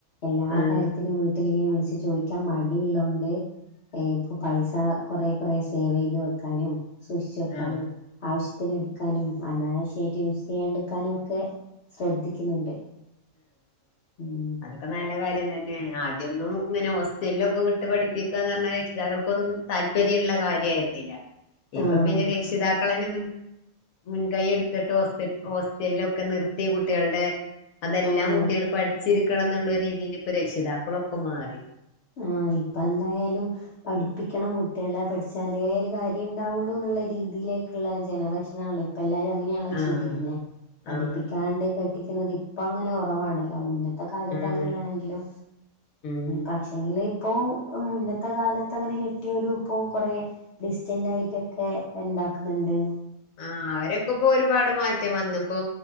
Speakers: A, on the left (about 55°); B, on the left (about 80°).
A: എല്ലാ
B: ആഹ്
A: കാര്യത്തിനും വീ ട്ടില് ഇങ്ങനെ വിളിച്ച് ചോദിക്കാൻ മടിള്ളൊണ്ട് ഏഹ് പൈസ കുറ കുറശേ സേവയ്ത് വെക്കാനും സൂഷ്ച്ച് വെക്കാനും
B: ആഹ്
A: ആവശ്യത്തിന് എടുക്കാനും അന്നാവശ്യായിട്ട് യൂസ് ചെയ്യാടുക്കാനും ഒക്കെ ശ്രദ്ധിക്കുന്നുണ്ട് ഉം
B: ഒക്കെ നല്ല കാര്യം തന്നെ ആദ്യം ഒന്നും ഇങ്ങനെ ഹോസ്റ്റലിലൊക്കെ വിട്ട് പഠിപ്പിക്കുകന്ന് പറഞ്ഞാ രക്ഷിതാക്കൾക്കൊന്നും താല്പര്യമുള്ള കാര്യമായിരുന്നില്ല ഇപ്പൊ
A: ആഹ്
B: പിന്നെ രക്ഷിതാക്ക ക്കളന്നെ മുൻ മുൻകൈ എടുത്തിട്ട് ഇപ്പ ഹോസ്റ്റല ഒക്കെ നിർത്തി കുട്ടികളുടെ അതെല്ലാം
A: ആഹ്
B: കുട്ടികൾ പഠിച്ചിരിക്കണം എന്നുള്ള രീതിയിൽ ഇപ്പൊ രക്ഷിതാക്കളൊക്കെ മാറി
A: ആഹ് ഇപ്പൊ എന്തായാലും പഠിപ്പിക്കണം കുട്ടികള പഠിച്ചാല ഒരു കാര്യം ഉണ്ടാവുള്ളൂ എന്നുള്ള രീതിയിലേക്കുള്ള ജനറേഷന ആണല്ലോ ഇപ്പ എല്ലാരും അങ്ങനെയാണല്ലോ
B: ആഹ്
A: ചിന്തിക്കുന്നേ പഠിപ്പിക്ക
B: ആഹ് ആഹ്
A: ണ്ട് കെട്ടിക്കുന്നത് ഇപ്പ അങ്ങനെ കുറവാണല്ലോ മുന്നിട്ട് ഇന്നത്തെ കാലത്ത്
B: ഉം
A: അങ്ങനെയാണെങ്കിലും
B: ഉം
A: ഭക്ഷ എങ്കിൽ ഇപ്പോ മുന്നത്തെ കാലത്ത് അങ്ങനെ കെട്ടിയൊ ഒരു ഇപ്പ കൊറ ഡിസ്റ്റന്റ് ആയിട്ടൊക്കെ ഉണ്ടാക്കുന്നുണ്ട്
B: ആഹ് അവരൊക്കെ ഇപ്പൊ ഒരുപാട് മാറ്റം വന്ന ഇപ്പോ